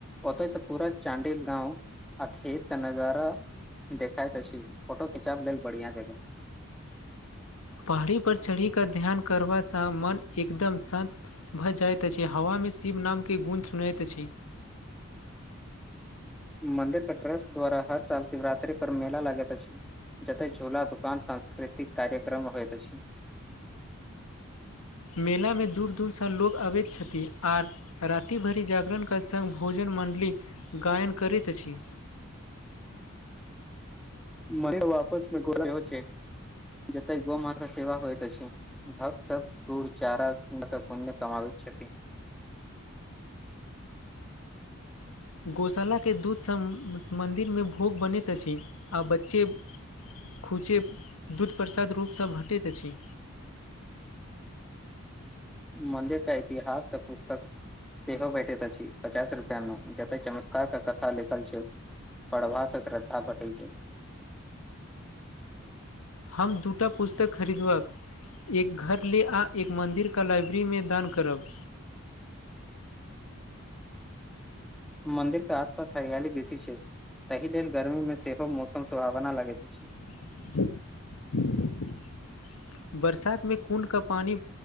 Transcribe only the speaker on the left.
पहाड़ी पर चढ़ी क ध्यान करबासँ मन एकदम शान्त भऽ जाइत अछि हवामे शिव नामके गुण सुनैत अछि।
मेलामे दूर दूरसँ लोक अबैत छथिन आर रातिभरि जागरणके सङ्ग भोजन मण्डली गायन करैत अछि।
गौशालाके दूधसँ मन्दिरमे भोग बनैत अछि आ बच्चे खूचे दूध प्रसाद रूपसँ भेटैत अछि।
हम दूटा पुस्तक खरीदलोव। एक घर ले आ एक मन्दिरकेा लाइब्रेरीमे दान करब।
<unintelligible> बरसात मे कु्ड का पानि